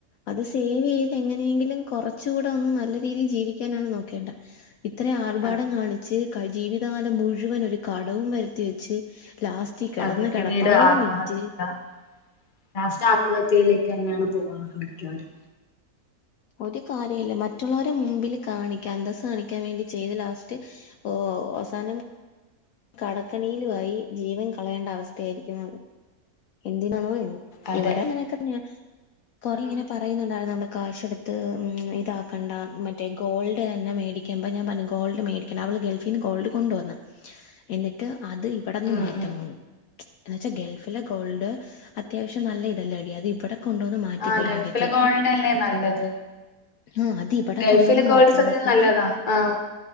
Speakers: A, on the left (about 70°); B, on the left (about 35°).
A: അത് സേവ് ചെയ്ത് എങ്ങനെങ്കിലും കുറച്ചുടെ ഒന്നു നല്ല രീതിയിൽ ജീവിക്കാനാണ് നോക്കേണ്ടെ ഇത്രയും ആർഭാടം
B: അതെ
A: കാണിച്ച് ജീവിതകാലം മുഴുവൻ ഒരു കടവും വരുത്തി വെച്ച് ലാസ്റ്റ് ഇ കിടന്ന
B: അത് പിന്നീട്
A: കിടപ്പാടവും
B: ആത്മഹത്യ
A: വിറ്റ്
B: ലാസ്റ്റ് ആത്മഹത്യയിലേക്ക് തന്നെയാണ് പോകുന്നത് മിക്കവരും
A: ഒരു കാര്യവും ഇല്ല മറ്റുള്ളവരെ മുമ്പില് കാണിക്കാൻ അന്തസ്സ് കാണിക്കാൻ വേണ്ടി ചെയ്ത് ലാസ്റ്റ് ഓ അവസാനം കടക്കെണിയിലും ആയി ജീവൻ കളയേണ്ട അവസ്ഥയായിരിക്കും എന്തിനാണോ
B: അതെ
A: ഇവിടെ അങ്ങനക്കെ തന്നെയ കുറെ ഇങ്ങനെ
B: ഉം
A: പറയുന്നുണ്ടായിരുന്നു നമ്മൾ കാശ് എടുത്ത് ഉം ഇതാക്കണ്ട മറ്റേ ഗോൾഡ് തന്നെ മേടി വരുമ്പം ഞാൻ പറഞ്ഞു ഗോൾഡ് മേടിക്കണ്ടാ അവള് ഗൾഫീന്ന് ഗോൾഡ് കൊണ്ടുവന്ന് എന്നിട്ട് അത് ഇവിടുന്ന്
B: ഉം
A: മാറ്റണന്ന്
B: ഉം
A: എന്ന് വച്ചാൽ ഗൾഫിലെ ഗോൾഡ് അത്യാവശ്യം നല്ല ഇതല്ലേടി അത് ഇവിടെ കൊണ്ടുവന്ന് മാറ്റി
B: ആ
A: കഴിയുപഴുത്തേക്കും
B: ഗൾഫിലെ ഗോൾഡ് അല്ലേ നല്ലത്
A: ആഹ് അത് ഇവിടെ
B: ഗൾഫിലെ
A: കൊണ്ടുവന്ന്
B: ഗോൾഡ്
A: മാറ്റുമ്പഴുത്തേക്ക്
B: സത്യത്തിൽ നല്ലതാ ആ